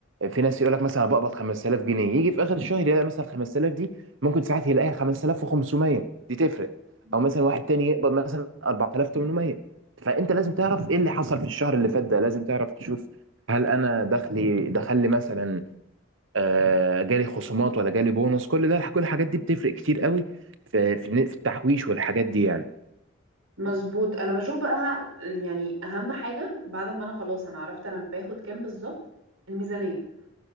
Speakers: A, on the right; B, on the right.
A: في ناس يقول لك مثلا أنا بقبض 5000 جنيه يجي في اخر الشهر يلاقي مثلا 5000 دي ممكن ساعات يلاقيها 5500 دي تفرق
B: يعني
A: او مثلا واحد تاني يقبض مثلا 4800 فانت لازم تعرف ايه اللي حصل في الشهر اللي فات ده لازم تعرف تشوف هل انا دخلي دخل لي مثلا آه، جالي خصومات ولا جالي بونص كل ده كل الحاجات دي بتفرق كتير قوي في في في التحويش والحاجات دي يعني
B: مظبوط انا بشوف بقى ه- يعني اهم حاجه بعد ما انا خلاص انا عرفت انا باخد كام بالظبط الميزانيه